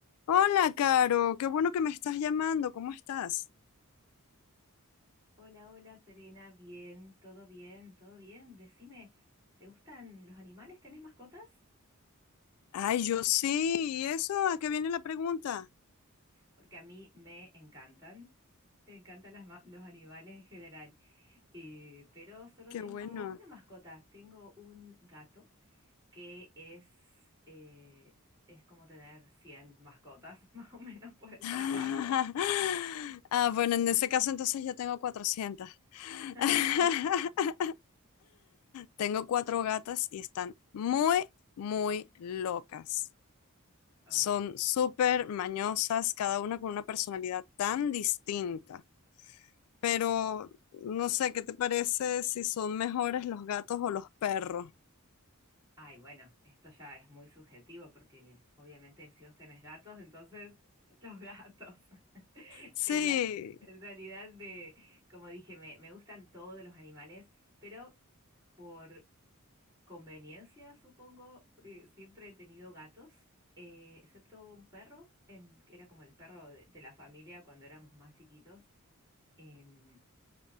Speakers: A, on the left (about 80°); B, on the right (about 15°).
A: Hola, Caro, qué bueno que me estás llamando, ¿cómo estás?
B: Hola, hola, Serena, bien, todo bien, todo bien. Decime, ¿te gustan los animales? ¿Tenés mascotas?
A: Ay, yo sí, ¿y eso? ¿A qué viene la pregunta?
B: Porque a mí me encantan, me encantan las ma- los animales en general, Eh, pero solo
A: Qué
B: tengo
A: bueno.
B: una mascota, tengo un gato que es, eh, es como tener 100 mascotas, <laughs> más o menos por el
A: <laughs>
B: trabajo.
A: Ah, bueno, en ese caso entonces yo tengo 400.
B: <laughs>
A: <laughs> Tengo cuatro gatas y están muy, muy locas.
B: Ah,
A: Son súper mañosas, cada una con una personalidad tan distinta. Pero no sé, ¿qué te parece si son mejores los gatos o los perros?
B: Ay, bueno, esto ya es muy subjetivo porque obviamente si vos tenés gatos, entonces <laughs> los gatos. <laughs>
A: Sí,
B: En, re- en realidad, me- como dije, me, me gustan todos los animales, pero por conveniencia, supongo, eh, siempre he tenido gatos, eh, excepto un perro, en, que era como el perro de, de la familia cuando éramos más chiquitos. Em,